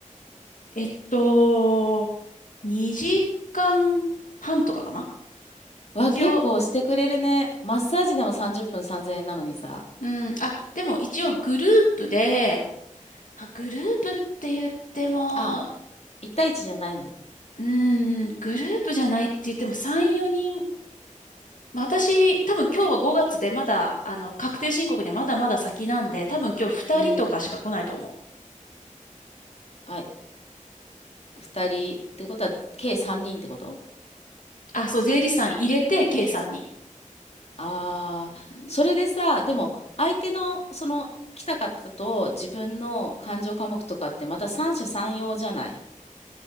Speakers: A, on the left; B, on the left.
A: えっと、2時間半とかかな
B: わ、
A: 一応、
B: 結構してくれるね。マッサージでも30分3000円なのにさ。
A: うん、あ、でも一応グループで、まあ、グループって言っても、
B: あ、1対1じゃないんだ。
A: うーん、グループじゃないって言っても3、4人、まあ、私、多分今日は5月でまだ、あの、確定申告でまだまだ先なんで、多分今日2人とかしか来ないと思う。
B: うん。あ、2人。ってことは、計3人ってこと
A: あ、そう、税理士さん入れて、計3んに
B: ああー、
A: んうん
B: それでさ、でも、相手の、その、来た方と自分の感情科目とかってまた三者三様じゃない。